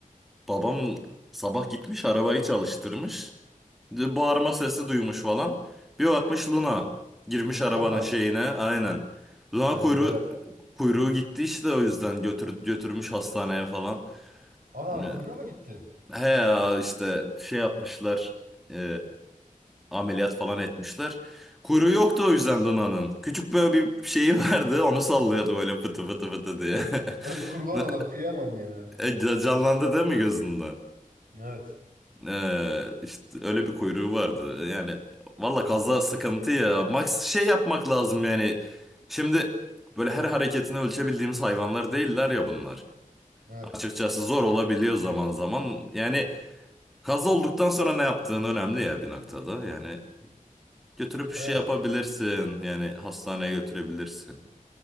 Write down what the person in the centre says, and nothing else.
babam sabah gitmiş arabayı çalıştırmış. De- Bağırma sesi duymuş falan. Bir bakmış Luna girmiş arabanın
şeyine aynen. Luna
kuyruğu,
kuyruğu gitti işte o yüzden götür, götürmüş hastaneye falan.
Ee,
He ya işte şey yapmışlar. ee, ameliyat falan etmişler. Kuyruğu yoktu o yüzden Luna'nın. Küçük böyle bir şeyi <laughs> vardı onu sallıyordu böyle fıtı fıtı fıtı diye.
<laughs>
E, Canlandı değil mi gözünde?
Ee, işte öyle bir kuyruğu vardı. Yani valla kaza sıkıntı ya. Max şey yapmak lazım yani. Şimdi böyle her hareketini ölçebildiğimiz hayvanlar değiller ya bunlar.
Açıkçası zor olabiliyor zaman zaman. Yani kaza olduktan sonra ne yaptığın önemli ya bir noktada. Yani götürüp şey
yapabilirsin. Yani hastaneye götürebilirsin.